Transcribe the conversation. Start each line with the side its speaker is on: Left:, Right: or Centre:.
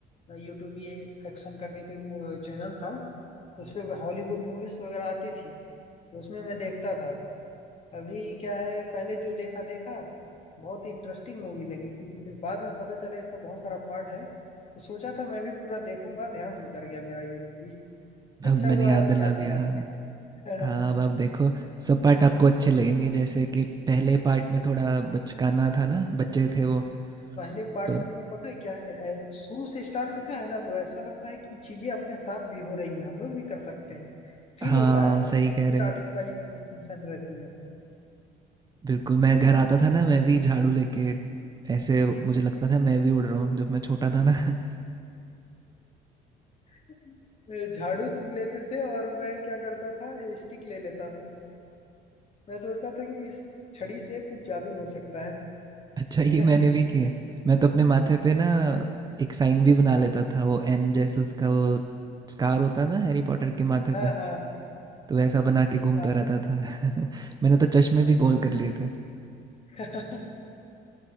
Left: यूट्यूब ये एक्शन करके कोई चैनल था उस पे हॉलीवुड मूवीज वगैरह आती थी तो उसमें मैं देखता था अभी क्या है पहले जो देखा देखा बहुत इंटरेस्टिंग मूवी लगी थी फिर बाद में पता चला इसका बहुत सारा पार्ट है तो सोचा था मैं भी पूरा देखूंगा ध्यान से उतर गया मेरा ये मूवी अच्छा
Right: अब मैंने
Left: हुआ
Right: याद
Left: आप
Right: दिला
Left: याद
Right: दिया
Left: दिला
Right: हाँ।
Left: दिए
Right: हाँ,
Left: <laughs>
Right: अब आप देखो सब पार्ट आपको अच्छे लगेंगे जैसे कि पहले पार्ट में थोड़ा बचकाना था ना बच्चे थे वो
Left: पहले पार्ट
Right: तो
Left: में पता है क्या है ऐ- शुरू से स्टार्ट होता है ना तो ऐसा लगता है कि चीजें अपने साथ भी हो रही हैं हम लोग भी कर सकते हैं फील
Right: हाँ
Left: होता है
Right: सही कह
Left: स्टार्टिंग
Right: रहे हो
Left: वाली पोजीशन रहती है
Right: बिल्कुल मैं
Left: है
Right: घर
Left: ना
Right: आता था ना मैं भी झाड़ू लेके ऐसे मुझे लगता था मैं भी उड़ रहा हूँ जब मैं छोटा था ना <laughs>
Left: <laughs> झाड़ू तुम लेते थे और मैं क्या करता था स्टिक ले लेता था मैं सोचता था कि इस छड़ी से कुछ जादू हो सकता
Right: अच्छा
Left: है
Right: ये मैंने भी किया
Left: <laughs>
Right: मैं तो अपने माथे पे ना एक साइन भी बना लेता था वो एन जैसे उसका वो स्कार होता है ना हैरी पॉटर के माथे
Left: हाँ
Right: पे
Left: हाँ हाँ
Right: तो वैसा बना के घूमता
Left: हाँ
Right: रहता था <laughs> मैंने तो चश्मे
Left: हाँ,
Right: भी गोल कर लिए थे
Left: हाँ। <laughs>